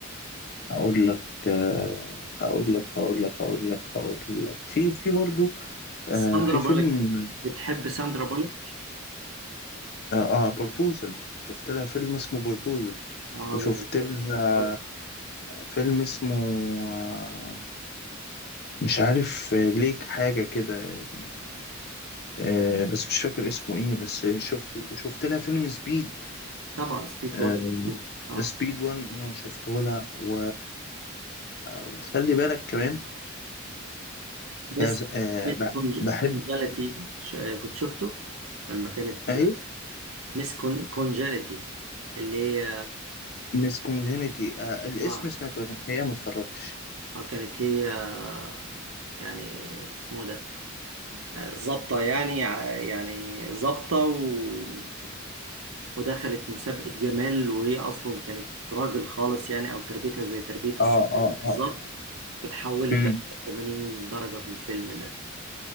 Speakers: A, on the left (about 50°); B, on the right (about 70°).
A: هقول لك آه هقول لك هقول لك هقول لك هقول لك في في برضو آه
B: ساندرا
A: في
B: بولك
A: فيلم
B: بتحب ساندرا بولك
A: اه بروبوزل شفت لها فيلم اسمه بروبوزل
B: اه
A: وشفت
B: ده جميل
A: لها
B: آه،
A: فيلم اسمه آه، مش عارف آه، ليك حاجة كده يعني آه، بس مش فاكر اسمه ايه بس شفته وشفت لها فيلم سبيد
B: طبعا سبيد
A: آه،
B: 1 و 2 اه
A: سبيد 1 اه شفته لها و... وخلي بالك كمان
B: بس
A: هز- آه،
B: مس
A: ب- بحب
B: كونجاليتي كنت شفته لما كانت
A: ايه
B: مس كونجاليتي اللي هي
A: ميس كونجينيتي الاسم
B: اه
A: سمعته لكن الحقيقة ما اتفرجتش
B: آه، كانت هي آه، يعني اسمه ده ظابطة يعني ع- يعني ظابطة و... ودخلت مسابقة جمال وهي أصلا كانت راجل خالص يعني أو تربيتها زي تربية الصبيان
A: اه اه
B: بالظبط
A: اه
B: وتحولت
A: مم.
B: بقى 80 درجة في الفيلم ده